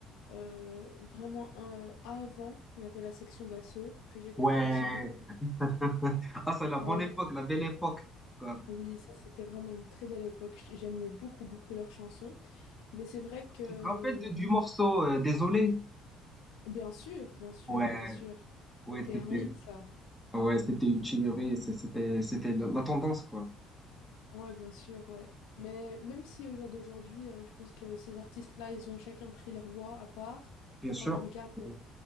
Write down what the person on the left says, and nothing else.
Euh, vraiment, un, euh, avant, il y avait la section d'assaut que j'écoutais
aussi beaucoup.
Ouais,
oui, ça c'était vraiment une très belle époque. J'aimais beaucoup, beaucoup leurs chansons. Mais c'est vrai que,
bien sûr, bien sûr,
bien sûr,
c'était
un hit, ça.
Ouais, bien sûr, ouais. Mais même si au jour d'aujourd'hui, euh, je pense que ces artistes-là, ils ont chacun pris leur voix à part.
Quand on regarde
euh,